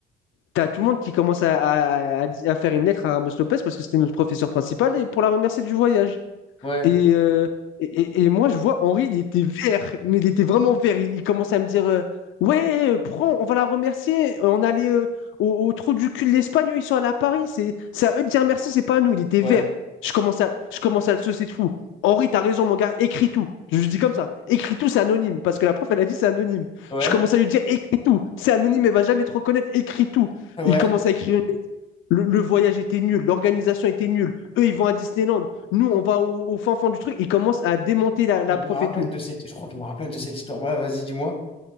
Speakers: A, on the left; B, on the left.
A: T'as tout le monde qui commence à, à- à- à faire une lettre à Ramos Lopez parce que c'était notre professeur principal et pour la remercier du voyage.
B: Ouais.
A: Et, euh, et, et- et moi, je vois Henri, il était vert, mais il était vraiment vert. Il, il commençait à me dire euh, Ouais, euh, prends, on va la remercier. Euh, On allait euh, au, au trou du cul de l'Espagne, eux, ils sont allés à Paris. C'est c'est à eux de dire merci, c'est pas à nous. Il était
B: Ouais.
A: vert. Je commence à, je commence à le saucer de fou. Henri, t'as raison, mon gars, écris tout. Je lui dis comme ça écris tout, c'est anonyme, parce que la prof, elle a dit c'est anonyme.
B: Ouais.
A: Je commence à lui dire écris tout, c'est anonyme, elle va jamais te reconnaître, écris tout.
B: Ouais.
A: Il commence à écrire une lettre. Le, le voyage était nul, l'organisation était nulle. Eux, ils vont à Disneyland nous, on va au, au fin fond du truc. Il commence à démonter la, la
B: Je me
A: prof
B: rappelle
A: et tout.
B: de cette. Je crois que je me rappelle de cette histoire. Bref, vas-y, dis-moi.